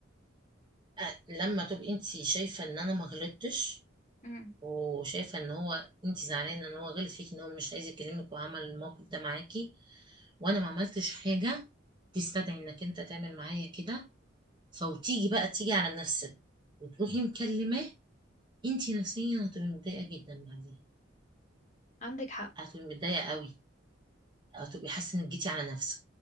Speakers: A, on the right; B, on the left.
A: آه، لما تبقي انتي شايفة ان انا ما غلطتش
B: مم.
A: وشايفه ان هو انت زعلانه ان هو غلط فيك ان هو مش عايز يكلمك وعمل الموقف ده معاكي وانا ما عملتش حاجه تستدعي انك انت تعمل معايا كده فوتيجي بقى تيجي على نفسك وتروحي مكلماه انت نفسيا هتبقي متضايقه جدا بعدين
B: عندك حق
A: هتبقي متضايقه قوي هتبقي حاسه انك جيتي على نفسك